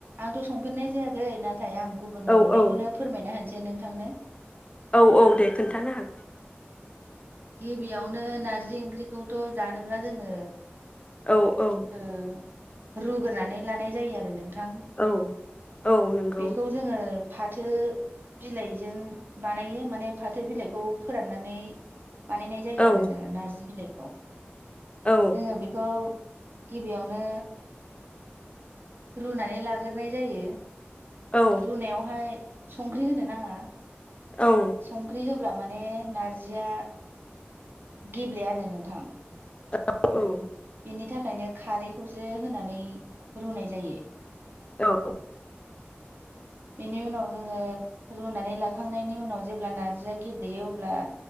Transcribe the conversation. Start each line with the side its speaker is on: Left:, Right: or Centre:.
Right: आंथ संफेरनाय जायाखै ना थाय आं गुबुननाव
Left: औ
Right: नुनायखौनो
Left: औ
Right: फोरमायना होनोसै आं नोंथांनो।
Left: औ औ दे खोन्थानो हागोन
Right: गिबियावनो नारजि ओंख्रिखौथ' जानोब्ला जोङो
Left: औ औ
Right: ओ रुग्रोनानै लानाय जायो आरो नोंथ थां
Left: औ औ नंगौ
Right: बेखौ जोङो फाथो बिलाइजों बानायो माने फाथो बिलाइखौ फोराननानै बानायनाय जायो
Left: औ
Right: आरो जोङो नार्जि बिलाइ औ
Left: औ
Right: जोङो बेखौ गिबियावनो रुनानै लाग्रोनाय जायो।
Left: औ
Right: रुनायावहाय संख्रि होनो नाङा।
Left: औ
Right: संख्रि होब्लाब माने नारजिया गेब्लेयानो नोंथां
Left: औ औ
Right: बिनि थाखायनो खारैखौसो होनानै रुनाय जायो।
Left: औ
Right: बेनि उनाव जोङो रुनानै लाखांनायनि उनाव जेब्ला नार्जिया गेब्लेयो अब्ला